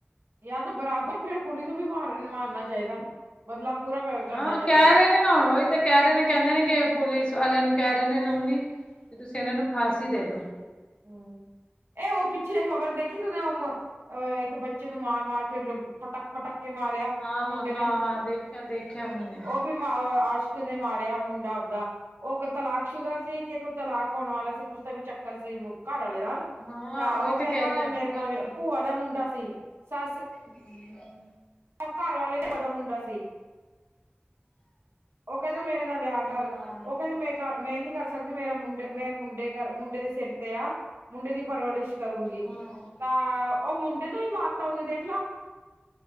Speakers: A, on the right; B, on the left.
A: ਯ ਤਾਂ ਬਰਾਬਰ ਫੇਰ ਕੁੜੀ ਨੂੰ ਵੀ ਮਾਰਨ ਮਾਰਨਾ ਚਾਹੀਦਾ ਬਦਲਾ ਪੂਰਾ ਕਰ ਕਰਨਾ
B: ਹਾਂ
A: ਚਾਹੀਦਾ
B: ਕਹਿ ਰਹੇ ਨੇ ਨਾ ਹੁਣ ਉਹੀ ਤਾਂ ਕਹਿ ਰਹੇ ਨੇ ਕਹਿੰਦੇ ਨੇ ਕਿ ਪੁਲਿਸ ਵਾਲਿਆਂ ਨੂੰ ਕਹਿ ਰਹੇ ਨੇ ਲੂਣੀ। ਤੁਸੀਂ ਇਹਨਾਂ ਨੂੰ ਫਾਂਸੀ ਦੇ ਦਿਓ।
A: ਇਹ ਉਹ ਪਿੱਛੇ ਖ਼ਬਰ ਦੇਖੀ ਤੁਸੀ ਹੁਣ। ਇੱਕ ਬੱਚੇ ਨੂੰ ਮਾਰ ਮਾਰ ਕੇ ਪਟਕ ਪਟੱਕ ਕੇ ਮਾਰਿਆ।
B: ਹਾਂ,
A: ਉਹ ਮੁੰਡੇ ਨੇ
B: ਹਾਂ, ਹਾਂ ਦੇਖਿਆ, ਦੇਖਿਆ ਮੈੇ।
A: ਉਹ ਵੀ ਮ ਆਸ਼ਕ ਨੇ ਮਾਰਿਆ ਮੁੰਡਾ ਆਪਦਾ। ਉਹ ਤਲਾਕ ਸ਼ੁਦਾ ਸੀ ਕਿ ਤਲਾਕ ਹੋਣ ਵਾਲਾ ਸੀ ਕੁੱਛ ਦਾ ਵੀ ਚੱਕਰ ਸੀ। ਘਰਵਾਲੇ ਨਾਲ
B: ਹਾਂ
A: ਤਾਂ
B: ਉਹੀ
A: ਉਹ
B: ਤੇ
A: ਕਹਿੰਦਾ
B: ਕਹਿ ਰਿਹਾ ਅੱਜ
A: ਮੇਰੇ ਨਾਲ
B: ਕੱਲ
A: ਭੂਆ ਦਾ ਮੁੰਡਾ ਸੀ ਸੱਸ।
B: ਹਮ।
A: ਸਘਰ ਵਾਲੇ ਦੀ ਭੁਆ ਦਾ ਮੁੰਡਾ ਸੀ। ਉਹ ਕਹਿੰਦਾ ਮੇਰੇ ਨਾਲ ਵਿਆਹ
B: ਹਾਂ
A: ਕਰ ਉਹ ਕਹਿੰਦੇ ਮੇਰੇ। ਮੈਂ ਨਹੀਂ ਕਰ ਸਕਦੀ, ਮੇਰਾ ਮੁੰਡੇ ਮੈਂ ਮੁੰਡੇ ਕਰ ਮੁੰਡੇ ਦੇ ਸਿਰ ਤੇ ਆ ਮੁੰਡੇ ਦੀ ਪਰਵਰਿਸ਼। ਕਰੂੰਗੀ
B: ਹਾਂ
A: ਤਾਂ ਉਹ ਮੁੰਡੇ ਨੂੰ ਹੀ ਮਾਰਤਾ ਉਹਨੇ ਦੇਖਲਾ।